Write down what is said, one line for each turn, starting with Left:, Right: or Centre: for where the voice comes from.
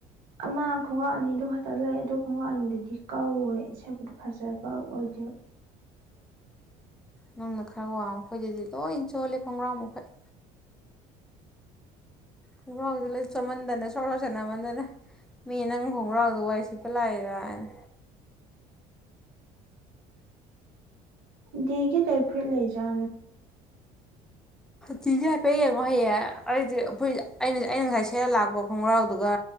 Right: ꯑꯃ ꯈꯣꯡꯒꯥꯎ ꯑꯅꯤꯗꯨ ꯈꯛꯇ ꯂꯩ ꯑꯗꯨ ꯈꯣꯡꯒ꯭ꯔꯥꯎ ꯑꯅꯤꯗꯨꯗꯤ ꯀꯧꯋꯦ ꯁꯦꯠꯄꯗ ꯐꯖꯕ ꯑꯣꯏꯗꯦꯕ
Centre: ꯅꯪꯅ ꯈꯔ ꯋꯥ ꯑꯈꯣꯏꯗꯗꯤ ꯂꯣꯏ ꯆꯣꯜꯂꯦ ꯈꯣꯡꯒ꯭ꯔꯥꯎ ꯃꯈꯩ ꯈꯣꯡꯒ꯭ꯔꯥꯎꯁ ꯂꯣꯏ ꯆꯣꯟꯃꯟꯗꯅ ꯁꯣꯔ ꯂꯥꯎꯁꯠꯅꯃꯟꯗꯅ ꯃꯤ ꯅꯪ ꯈꯣꯡꯒ꯭ꯔꯥꯎꯗ ꯋꯥꯔꯤ ꯁꯤꯠꯄ ꯂꯥꯛꯏꯔ ꯍꯥꯏꯅ
Right: ꯗꯒ ꯇ ꯐꯦ ꯂꯩꯖꯨ
Centre: ꯇꯖ ꯍꯥꯏꯐꯩ ꯌꯥ ꯉꯍꯌꯥ ꯑꯩꯗꯤ ꯑꯩꯈꯣꯏ ꯑꯩꯅ ꯑꯩꯅ ꯉꯥꯏꯁꯤꯦ ꯁꯦꯠ ꯂꯥꯛꯄ ꯈꯣꯡꯒ꯭ꯔꯥꯎꯗꯨꯒ